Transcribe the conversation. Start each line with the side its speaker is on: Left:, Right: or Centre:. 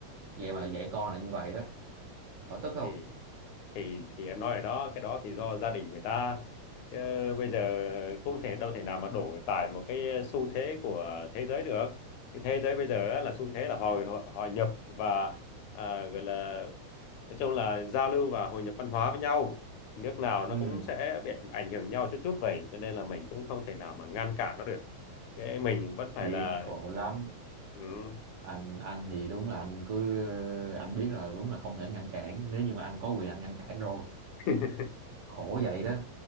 Right: vậy
Left: ừ.
Right: mà dạy con là như vậy đó hỏi tức không
Left: thì thì thì em nói rồi đó cái đó thì do gia đình người ta chứ bây giờ cũng thể đâu thể nào mà đổ tại một cái ờ, xu thế của thế giới được cái thế giới bây giờ á, là xu thế là hồi hội nhập và à, gọi là nói chung là giao lưu và hội nhập văn hóa với nhau nước nào
Right: ừ
Left: nó cũng sẽ bị ảnh hưởng nhau chút chút vậy cho nên là mình cũng không thể nào mà ngăn cản nó được cái mình vẫn phải
Right: biết
Left: là
Right: khổ lắm
Left: ừ,
Right: anh anh thì đúng là anh cứ anh biết là đúng là không thể ngăn cản nếu như mà anh có quyền anh ngăn cản rồi
Left: <laughs>
Right: khổ vậy đó